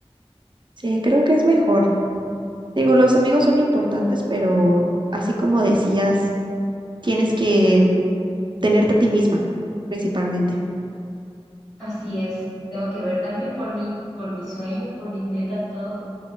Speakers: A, on the right; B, in the centre.
A: Sí, creo que es mejor. Digo, los amigos son importantes, pero así como decías, tienes que tenerte a ti misma, principalmente.
B: Así es, tengo que ver también por mí, por mis sueños, por mis metas, todo.